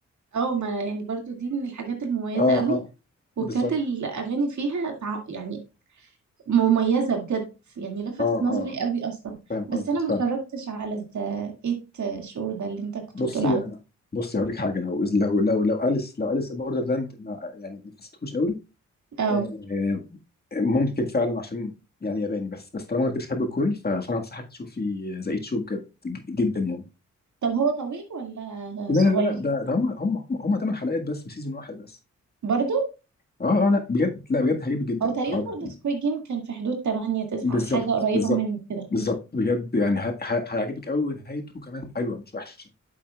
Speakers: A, on the right (about 70°); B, on the left (about 30°).
A: اه ما يعني برضو دي من الحاجات المميزة
B: اه
A: قوي
B: اه
A: وكانت
B: بالظبط
A: الأغاني فيها تع- يعني مميزة بجد يعني لفتت
B: اه
A: نظري
B: اه
A: قوي أصلا
B: فاهم قصدك
A: بس أنا ما
B: فاهم
A: اتفرجتش على ذا إيت شو ده اللي أنت كنت
B: بصي
A: بتقول عليه
B: انا بصي هقول لك حاجه لو لو لو لو اليس لو اليس بوردرلاند ما يعني ما حسيتهوش قوي
A: اه
B: آه، ممكن فعلا عشان يعني ياباني بس بس طالما انت بتحب الكوري ف- فانا انصحك تشوفي ذا ايت شو بجد ج- جدا يعني
A: طب هو طويل ولا
B: لا
A: صغير
B: لا لا لا، ده ده هم هم هم هم 8 حلقات بس وسيزون واحد بس
A: برضو
B: اه اه لا بجد لا بجد هيعجبك جدا
A: او تقريبا
B: هقولك.
A: برضو سكويد جيم كان في حدود 8 9
B: بالظبط
A: حاجه قريبه
B: بالظبط
A: منه كده
B: بالظبط بجد يعني ه- ه- هيعجبك قوي ونهايته كمان حلوه مش وحشه